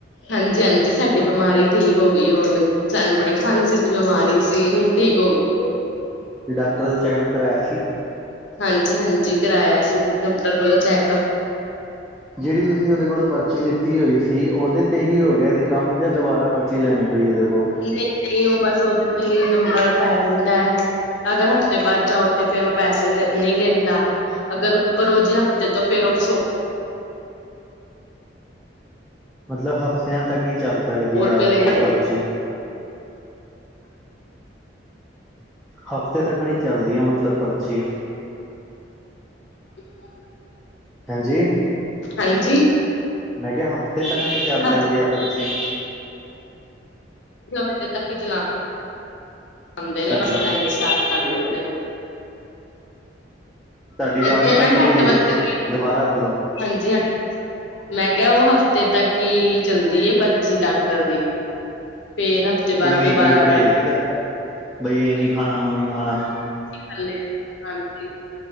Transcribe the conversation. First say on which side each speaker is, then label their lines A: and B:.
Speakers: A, on the left; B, in the centre.
A: ਹਾਂਜੀ-ਹਾਂਜੀ, ਸਾਡੀ ਬਿਮਾਰੀ ਠੀਕ ਹੋਗੀ ਹੁਣ ਸਾਨੂੰ ਬੜੀ ਖਾਂਸੀ ਦੀ ਬਿਮਾਰੀ ਸੀ, ਹੁਣ ਠੀਕ ਹੋਗੀ ਏ
B: ਫੇਰ ਡਾਕਟਰ ਤੋ ਚੈੱਕਅਪ ਕਰਵਾਇਆ ਸੀ? -
A: ਹਾਂਜੀ-ਹਾਂਜੀ ਕਰਾਇਆ ਸੀ, ਡਾਕਟਰ ਕੋਲੋਂ ਚੈਕਅਪ
B: ਜਿਹੜੀ ਤੁਸੀਂ ਉਹਦੇ ਕੋਲੋਂ ਪਰਚੀ ਲਿੱਤੀ ਹੋਈ ਸੀ। ਉਹਦੇ ਤੇ ਹੀ ਹੋ ਗਿਆ ਸੀ ਕੰਮ ਜਾਂ ਦੁਬਾਰਾ ਪਰਚੀ ਲੈਣੀ ਪਈ ਉਹਦੇ ਕੋ
A: ਨਹੀਂ-ਨਹੀਂ, ਉਹ ਬਸ ਉਹਦੇ ਤੇ ਈ ਨੰਬਰ ਪੈ ਜਾਂਦਾ ਅਗਰ ਹਫ਼ਤੇ ਬਾਅਦ ਜਾਓ ਤੇ ਫੇਰ ਉਹ ਪੈਸੇ ਲੈ, ਨਹੀਂ ਲੈਂਦਾ ਅਗਰ ਉੱਪਰ ਹੋ ਜੇ ਹਫ਼ਤੇ ਤੋਂ ਫੇਰ ਉਹ ਸੋ
B: ਮਤਲਬ ਹਫ਼ਤਿਆਂ ਤੱਕ ਈ ਚੱਲ ਸਕਦੀ ਆ,
A: ਰੁਪਏ ਲੈਂਦੇ
B: ਉਹ ਪਰਚੀ ਹਫ਼ਤੇ ਤੱਕ ਨੀ ਚੱਲਦੀ ਆ, ਮਤਲਬ ਪਰਚੀ
A: <inaudible>
B: ਹਾਂਜੀ।
A: ਹਾਂਜੀ।
B: ਮੈਂ ਕਿਹਾ ਹਫ਼ਤੇ ਤੱਕ ਨੀ ਚੱਲ ਸਕਦੀ
A: ਹਫ਼ਤੇ
B: ਆ ਪਰਚੀ?
A: ਹਫ਼ਤੇ ਤੱਕ ‌ਈ ਚਲਾ ਆਉਂਦੇ ਨੇ,
B: ਤੁਹਾਡੀ
A: ਪੈਸੇ
B: ਆਵਾਜ਼
A: ਲੈਂਨੇ ਸਟਾਰਟ ਕਰ ਦਿੱਤੇ ਨੇ
B: ਤੁਹਾਡੀ ਆਵਾਜ਼
A: ਇੱਥੇ
B: ਕੱਟ
A: ਨਾ ਨੈਟਵਰਕ
B: ਰਹੀ ਜੇ
A: ਨੀ ਹੈਗਾ,
B: ਦੁਬਾਰਾ ਵੱਲੋਂ
A: ਹਾਂਜੀ-ਹਾਂਜੀ। ਮੈਂ ਕਿਹਾ ਉਹ ਹਫ਼ਤੇ ਤੱਕ ਹੀ ਚੱਲਦੀ ਏ, ਪਰਚੀ ਡਾਕਟਰ ਦੀ <unintelligible>
B: ਤੇ ਉਹਨੇ
A: ਦੁਬਾਰਾ
B: ਕੋਈ ਪਰਹੇਜ
A: ਕਰਾਂਗੇ
B: ਵੀ ਦੱਸਿਆ, ਬਈ ਇਹ ਨਹੀਂ ਖਾਣਾ ਉਹ ਨੀ ਖਾਣਾ
A: <unintelligible> ਹਾਂਜੀ